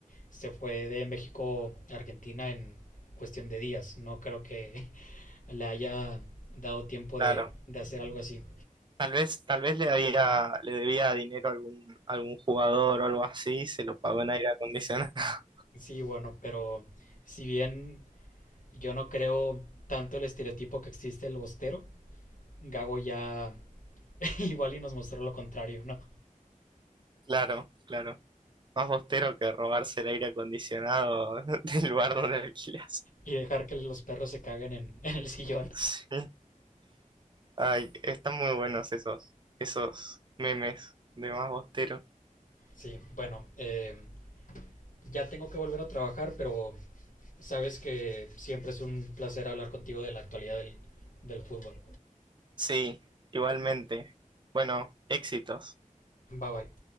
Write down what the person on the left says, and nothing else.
se fue de México a Argentina en cuestión de días. No creo que <laughs> le haya dado tiempo
de, de hacer algo así.
Sí, bueno, pero si bien yo no creo tanto el estereotipo que existe el bostero, Gago ya <laughs> igual y nos mostró lo contrario, ¿no?
Y dejar que los perros se caguen en, <laughs> en el sillón.
Sí, bueno, eh, ya tengo que volver a trabajar, pero sabes que siempre es un placer hablar contigo de la actualidad del, del fútbol.
Bye bye.